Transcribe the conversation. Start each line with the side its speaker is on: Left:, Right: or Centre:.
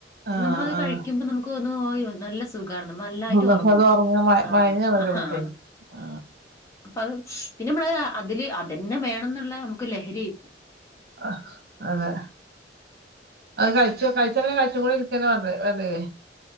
Right: ആഹ്
Left: നമ്മളത്
Right: ആഹ്.
Left: കഴിക്കുമ്പോ നമുക്ക് ഓന്നും <unintelligible> നല്ല സുഖണ് നമ്മ നല്ലായിട്ട്
Right: പക്ഷെ
Left: ഒറങ്ങും
Right: അത് ഒറങ്ങ മ
Left: ആഹ്
Right: മയങ്ങാണ്
Left: ആഹ്
Right: കിടന്നിട്ടേ. ആ
Left: അപ്പ അത് പിന്നെ നമ്മള അതില് അതന്നെ വേണം എന്നുള്ള നമുക്ക് ലഹരിയി പോ
Right: ആഹ് അതെ അത് കൈച്ചു കയ്ച്ചപിന്നെ <unintelligible>